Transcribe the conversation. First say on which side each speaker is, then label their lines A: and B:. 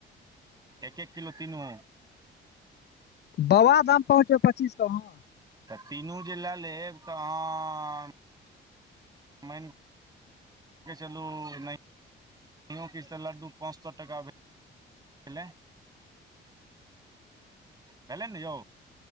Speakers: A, on the right; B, on the left.
A: एक-एक किलो तिनु।
B: बबाधाम पहुँचबै पच्चीस कऽ अहाँ।
A: तऽ तीनू जे लए लेब तऽ तहान। मैन मेनके चलु नहियो किछ तऽ लड्डू पाँच सो टका भेल। लैय भेलल नहि यौ।